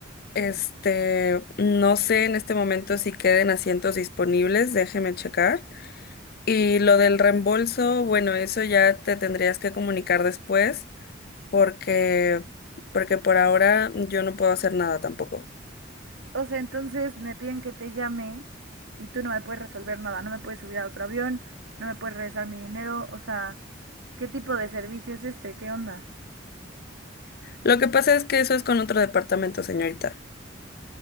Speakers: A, on the left; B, on the right.
A: Este, no sé en este momento si queden asientos disponibles, déjeme checar. Y lo del reembolso, bueno, eso ya te tendrías que comunicar después. porque, porque por ahora yo no puedo hacer nada tampoco.
B: O sea, entonces me piden que te llame y tú no me puedes resolver nada, no me puedes subir a otro avión, no me puedes regresar mi dinero, o sea, ¿qué tipo de servicio es este? ¿Qué onda?
A: Lo que pasa es que eso es con otro departamento, señorita.